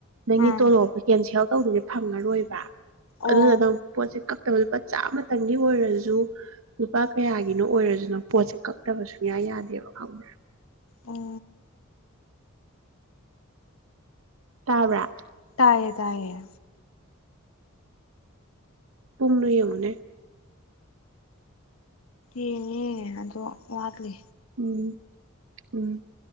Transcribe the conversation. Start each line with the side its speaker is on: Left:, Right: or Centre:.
Right: ꯅꯪ
Left: ꯑꯥ
Right: ꯇꯣꯂꯣꯞ ꯀꯦꯟꯁꯦꯜ ꯇꯧꯔꯤꯁꯦ ꯐꯪꯉꯔꯣꯏꯕ ꯑꯗꯨꯅ
Left: ꯑꯣ
Right: ꯑꯗꯨꯝ ꯄꯣꯠꯁꯦ ꯀꯛꯇꯕ ꯂꯄꯥꯆꯥꯥ ꯑꯃꯇꯪꯒꯤ ꯑꯣꯏꯔꯁꯨ ꯂꯨꯄꯥ ꯀꯌꯥꯒꯤꯅꯣ ꯑꯣꯏꯔꯁꯨꯅꯣ ꯄꯣꯠꯁꯦ ꯀꯛꯇꯕꯁꯨ ꯌꯥ ꯌꯥꯗꯦꯕ ꯈꯪꯕ꯭ꯔ
Left: ꯑꯣ
Right: ꯇꯥꯕ꯭ꯔꯥ
Left: ꯇꯑꯌꯦ ꯇꯥꯏꯌꯦ
Right: ꯄꯨꯡꯅꯨꯏ ꯌꯃꯨꯅꯦ
Left: ꯑꯦ ꯑꯗꯣ ꯋꯥꯠꯂꯤ
Right: ꯎꯝ ꯎꯝ